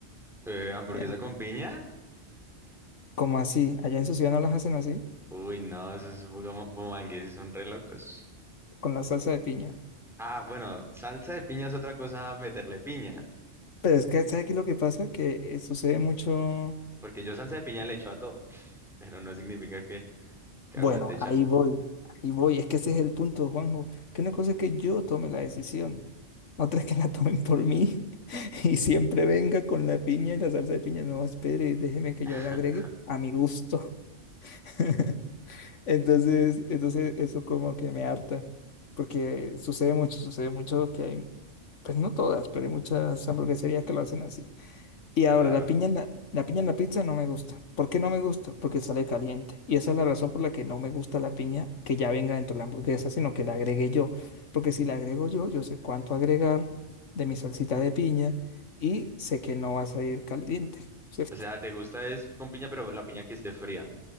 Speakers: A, in the centre; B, on the left (about 80°).
A: Eh, ¿hamburguesa
B: Eh,
A: con piña?
B: como así? Allá en su ciudad no las hacen así,
A: Uy, no, esos bumangueses son re locos.
B: con la salsa de piña.
A: Ah, bueno, salsa de piña es otra cosa meterle piña,
B: Pero es que, ¿sabes qué es lo que pasa? Que eh, sucede mucho...
A: porque yo salsa de piña le echo a todo, <laughs> pero no significa que, que
B: Bueno,
A: aguante echarle.
B: ahí voy, ahí voy. Es que ese es el punto, Juanjo. Que una cosa es que yo tome la decisión, otra es que la <laughs> tomen por mí <laughs> y siempre venga con la piña y la salsa de piña. No, espere, déjeme que
A: <laughs>
B: yo la agregue a mi gusto. <laughs> Entonces, entonces eso como que me harta, porque sucede mucho, sucede mucho que hay, pues no todas, pero hay muchas hamburgueserías que lo hacen así. Y
A: Qué
B: ahora,
A: raro.
B: la piña en la, la piña en la pizza no me gusta. ¿Por qué no me gusta? Porque sale caliente. Y esa es la razón por la que no me gusta la piña que ya venga dentro de la hamburguesa, sino que la agregue yo. Porque si la agrego yo, yo sé cuánto agregar de mi salsita de piña y sé que no va a salir caliente, ¿cierto?
A: O sea, te gusta es con piña, pero la piña que esté fría.